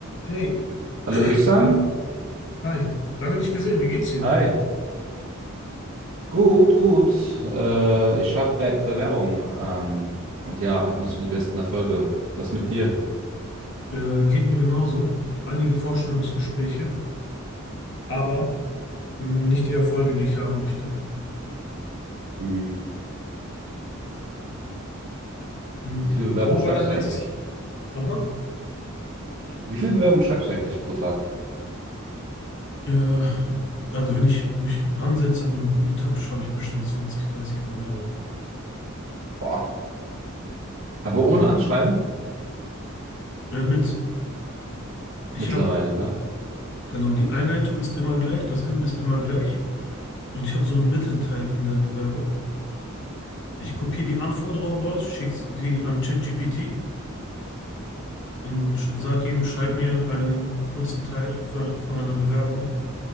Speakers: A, on the left (about 55°); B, on the right (about 70°).
A: Hey,
B: Hallo Ihsan.
A: lang, hi, lange nicht gesehen, wie geht's dir?
B: Hi. Gut, gut. Äh, ich habe gerade Bewerbung ähm, und ja, habe nicht so die besten Erfolge. Was mit dir?
A: Äh, geht mir genauso. Einige Vorstellungsgespräche, aber mh, nicht die Erfolge, die ich haben möchte.
B: Hm.
A: Mh,
B: Wie viele Bewerbungen
A: wo
B: schreibst
A: war dein letztes?
B: du eigentlich?
A: Nochmal?
B: Wie viele Bewerbungen schreibst du eigentlich pro Tag?
A: Äh, also wenn ich mich ransetze an einen guten Tag, schreibe ich bestimmt 20, 30 Bewerbungen.
B: Boah. Aber ohne
A: An einem
B: Anschreiben?
A: guten Tag. Äh, mit, ich
B: Mittlerweile,
A: habe,
B: ne?
A: genau, die Einleitung ist immer gleich, das Ende ist immer gleich und ich habe so einen Mittelteil in der Bewerbung. Ich kopiere die Anforderungen raus, schicke sie an ChatGPT. und sag ihm, schreib mir einen kurzen Teil für, von einer Bewerbung,